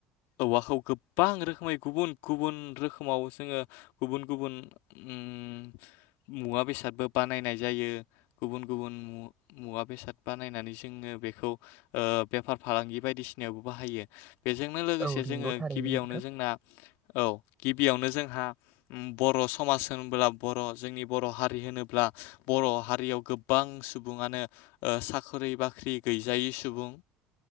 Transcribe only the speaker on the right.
औ नंगौ
थारैनो
नोंथां